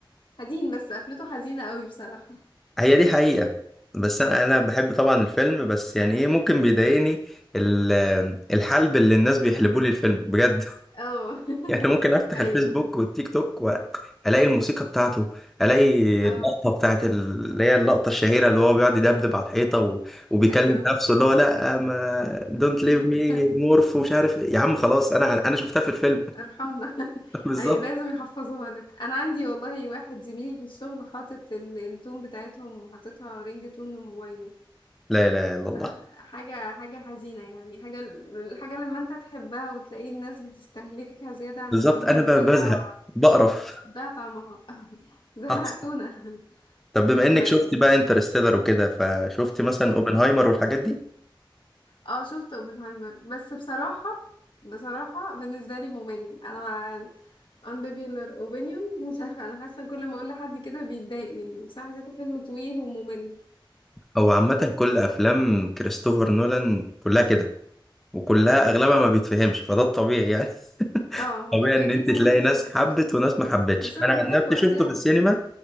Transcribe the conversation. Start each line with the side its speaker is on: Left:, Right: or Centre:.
Left: حزين بس قفلته حزينة قوي بصراحة
Centre: هي دي حقيقة بس انا انا بحب طبعا الفيلم بس يعني ايه ممكن بيضايقني ال- الحلب اللي الناس بيحلبوه لي الفيلم بجد <laughs>
Left: اه <laughs>
Centre: يعني ممكن افتح الفيسبوك
Left: ايوه
Centre: والتيك توك والاقي الموسيقى بتاعته الاقي
Left: اه
Centre: اللقطة بتاعت ال- اللي هي اللقطة الشهيرة اللي هو بيقعد يدبدب على الحيطة و... وبيكلم
Left: ايوه
Centre: نفسه اللي هو لا ما دونت ليف
Left: <laughs>
Centre: مي مورف ومش عارف إيه. يا عم خلاص انا انا شفتها في الفيلم
Left: ارحمنا <laughs>
Centre: <laughs> بالظبط
Left: ايوه لازم يحفظوها لك انا عندي والله واحد زميلي في الشغل حاطط ال- التون بتاعتهم وحاططها رينج تون لموبايله
Centre: لا اله الا الله
Left: فحاجة حاجة حزينة يعني حاجة الحاجة لما انت تحبها وتلاقي الناس بتستهلكها زيادة عن
Centre: بالظبط
Left: اللزوم
Centre: انا
Left: بتضيع
Centre: ب- بزهق بقرف
Left: بتضيع طعمها <laughs> زهقتونا
Centre: <laughs> طب بما انك
Left: طيب
Centre: شفتي بقى انترستيلر وكده فشفتي مثلا اوبنهايمر والحاجات دي
Left: اه شفت اوبنهايمر بس بصراحة بصراحة بالنسبة لي ممل انا unpopular opinion <laughs> مش عارفة أنا حاسة كل ما أقول لحد كده بيتضايق مني بس أنا حسيته فيلم طويل وممل
Centre: هو عامة كل افلام كريستوفر نولان كلها كده وكلها اغلبها ما بيتفهمش فده الطبيعي يعني <laughs>
Left: اه هو
Centre: طبيعي
Left: ممكن
Centre: ان
Left: أكيد
Centre: انت
Left: ممل
Centre: تلاقي
Left: عشان
Centre: ناس حبت
Left: فيلمز
Centre: وناس ما حبتش
Left: بس أنا
Centre: انا عن
Left: بحبه
Centre: نفسي شفته
Left: أفلامه
Centre: في السينما